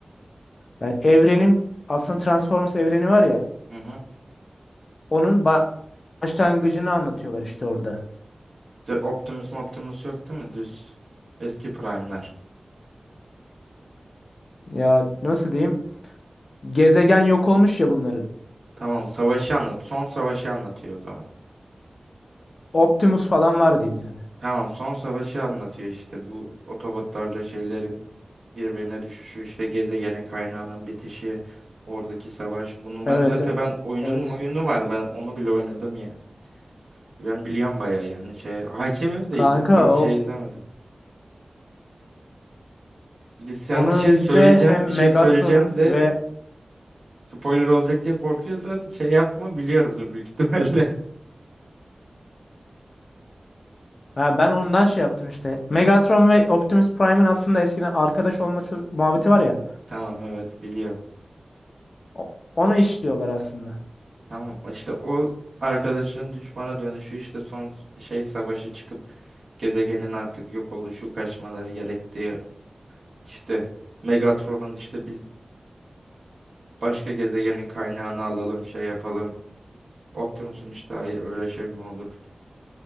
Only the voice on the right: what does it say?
Hı hı.
The Optimus Optimus yok değil mi? Düz. Eski Prime'ler.
Tamam savaşı anlat. Son savaşı anlatıyor o zaman.
Tamam son savaşı anlatıyor işte bu otobotlarla şeylerin birbirine düşüşü işte gezegenin kaynağının bitişi oradaki savaş. Bunun
ben zaten
ben oyunun
oyunu var ben onu bile oynadım yani. Ben biliyorum bayağı yani şey hakimim de
iz yani
şey izlemedim. Biz sen
bir şey
söyleyeceksin
bir şey
söyleyeceğim de
spoiler olacak diye korkuyorsan şey yapma biliyorum da büyük ihtimalle.
<laughs> Tamam evet biliyorum.
Tamam işte o arkadaşın düşmana dönüşü işte son şey savaşı çıkıp gezegenin artık yok oluşu kaçmaları gerektiği işte Megatron'un işte biz başka gezegenin kaynağını alalım şey yapalım. Optimus'un işte hayır öyle şey mi olur?